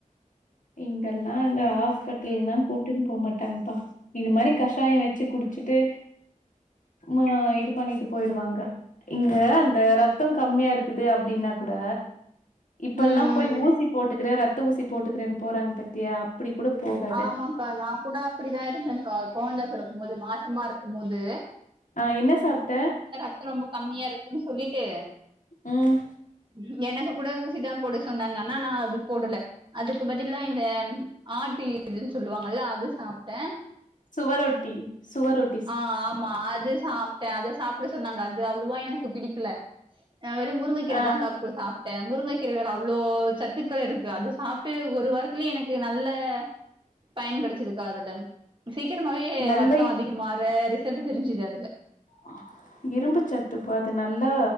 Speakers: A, on the left; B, on the right.
A: இங்கெல்லா அந்த ஹாஸ்பிட்டல்லா கூட்டின்னு போகமாட்டான்ங்ப்பா இது மாதிரி கஷாய வச்சு குடிச்சுட்டு ஆ இது பண்ணிட்டு போயிடுவாங்க இங்க அந்த ரத்தம் கம்மியா இருக்குது அப்டின்னா கூட இப்ப
B: ம்
A: எல்லா போய் ஊசி போட்டுக்கிறே ரத்த ஊசி போட்டுக்கிறேன்னு போறாங்க பாத்தியா அப்படி கூட போக
B: ஆமாக்கா நா கூட அப்படிதா இருந்தேன்கா கோழந்தா பெறக்கு போது மாசமா இருக்கும்போது
A: அ என்ன சாப்ட்ட
B: த்தோ ரொம்ப கம்மியா இருக்குன்னு சொல்லிட்டு
A: ம்
B: ம் எனக்கு கூட ஊசிதா போட சொன்னாங்க ஆனா நா அது போடல அதுக்கு பதிலா இந்த ஆட்டு ஈரல் சொல்லுவாங்கல்ல அது சாப்ட்டே
A: சுவரொட்டி சுவரொட்
B: ஆ ஆமா அது சாப் டே அத சாப்பிட சொன்னாங்க அது அவ்ளோவா எனக்கு பிடிக்கல வெறு முருங்கைக்கிறதா
A: ஆ
B: கா சாப் டே முருங்க கீரைல அவ்ளோ சத்துக்கள் இருக்கு அது சாப்ட்டு ஒரு வாரத்துலயே எனக்கு நல்ல பயன் கிடைச்சதுக்கா அதுல சீக்கிரமாவே
A: நல்ல
B: ரத்தோ அதிகமாற ரிசல்ட் தெரிஞ்சுது அதுல
A: ஆ இரும்பு சத்துப்பா அது நல்லா